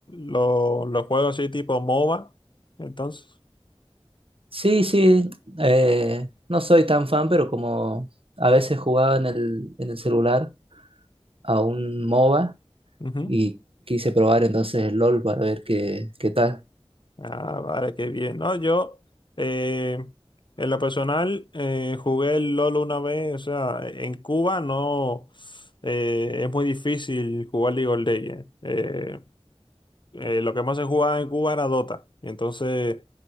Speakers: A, on the left; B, on the right.
A: los, los juegos así tipo MOBA, entonces.
B: Sí, sí, eh, no soy tan fan, pero como a veces jugaba en el, en el celular a un MOBA
A: Ujú.
B: y quise probar entonces el LOL para ver qué, qué tal.
A: Ah, vale, qué bien. No, yo eh, en lo personal eh, jugué el LOL una vez, o sea, en Cuba no eh, es muy difícil jugar League of Legends. Eh, eh, lo que más se jugaba en Cuba era Dota. Y entonces,